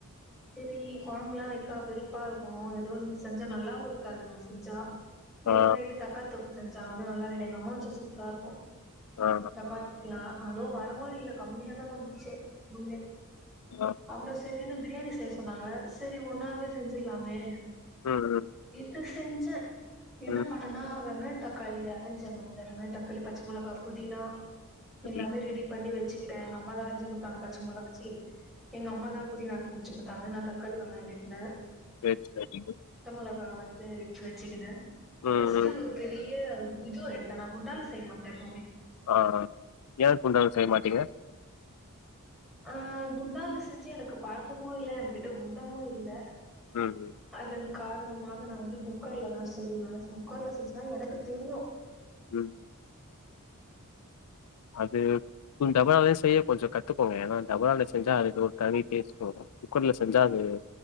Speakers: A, in the centre; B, on the left (about 80°).
A: சரி கொழம்புல்லா வைக்கா வெருப்பா இருக்குமோ எதோ ஒன் செஞ் நல்லாவு இருக்காது நா செஞ்சா நேத்து
B: ஆ
A: நைட் தக்காளி தொக்கு செஞ்சா அது நல்லாஞ் ல்ல எங்கம்மா வச்சா சூப்பரா இருக்கு
B: ஆ
A: சப்பாத்திக்கில்லா அளோ வரவு இல்ல கம்மியாதா வந்துச்சே மீனே
B: ஆ
A: அப்றோ சேரினு பிரியாணி செய்ய சொன்னாங்க சரி ஒன்னாவே செஞ்சிலாமே
B: ம் ம்
A: ட்டு செஞ்சே என்ன
B: ம்
A: பண்ணுனா வெங்காயந் தக் தக்காளி அரஞ்சகம்ல வெங்காய தக்காளி பச்ச மொளகா புதினா
B: சரி
A: எல்லாமே ரெடி பண்ணி வெச் வச்சுக்கிட்டே எங்க அம்மா தா அரிஞ்சி குடுத்தாங்க பச்ச மொளக் ச்சி எங்க அம்மா தா புதினா புடுச்சி குடுத்தாங்க நா தக்காளி வெங்காயோ வெட்டுனே
B: செரி செரிங்க
A: மொளகா வந்து எட்த்து வச்சுக்கினே
B: ம்,
A: ஃபர்ஸ்ட்
B: ம்.
A: ஒரு பெரிய யாகு இதுவு எடுத்தன்னா குண்டால செய்ய மாட்டே எப்போவுமே
B: ஆ ஆ ஏ குண்டான்ல செய்ய மாட்டீங்க
A: ஆ குண்டான்ல செஞ்சு எனக்கு பழக்கமு இல்ல எங்க கிட்ட குண்டாவு இல்ல
B: ம்,
A: அதன் கார் ணமாக நா வந்து குக்கர்லதா செய்வே குக்கர்ல செஞ்சுதா எனக்கு தெரியு
B: ம் அது குந் டபராலயையு செய்ய கொஞ்சோ கத்துக்கோங்க ஏன்னா டபரால செஞ்சா அதுக்கு ஒரு தனி டேஸ்ட்டு வரு குக்கர்ல செஞ்சா அது